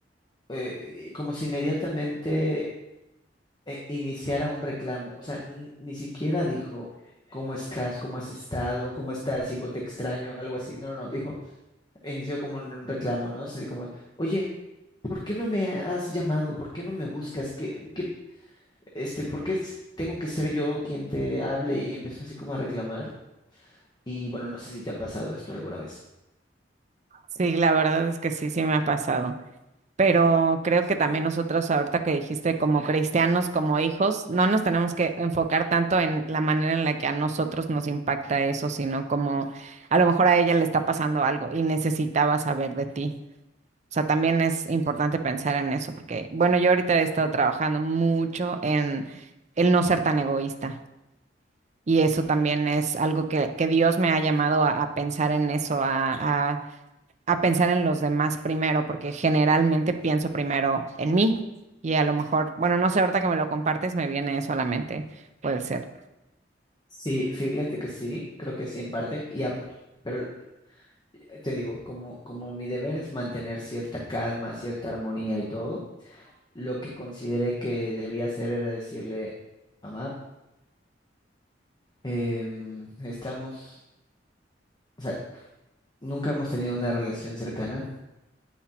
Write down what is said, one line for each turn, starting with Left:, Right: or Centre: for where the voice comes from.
Left: eh, como si inmediatamente eh, iniciara un reclamo. O sea, n- ni siquiera dijo, ¿cómo estás? ¿Cómo has estado? ¿Cómo estás, hijo? Te extraño, algo así. No, no, no, dijo, inició como un un reclamo, ¿no? Así como, oye, ¿por qué no me has llamado? ¿Por qué no me buscas? ¿Qué, qué, este, ¿por qué es- tengo que ser yo quien te hable? Y empezó así como a reclamar. Y bueno, no sé si te ha pasado esto alguna vez.
Right: Sí, la verdad es que sí, sí me ha pasado. pero creo que también nosotros, ahorita que dijiste, como cristianos, como hijos, no nos tenemos que enfocar tanto en la manera en la que a nosotros nos impacta eso, sino como a lo mejor a ella le está pasando algo y necesitaba saber de ti. O sea, también es importante pensar en eso, porque, bueno, yo ahorita he estado trabajando mucho en el no ser tan egoísta. Y eso también es algo que, que Dios me ha llamado a, a pensar en eso, a a pensar en los demás primero, porque generalmente pienso primero en mí y a lo mejor, bueno, no sé, ahorita que me lo compartes me viene eso a la mente, puede ser.
Left: Sí, fíjate que sí, creo que sí en parte, y ap- pero eh, te digo, como, como mi deber es mantener cierta calma, cierta armonía y todo, Lo que consideré que debía hacer era decirle, mamá, em, estamos, o sea, nunca hemos tenido una relación cercana.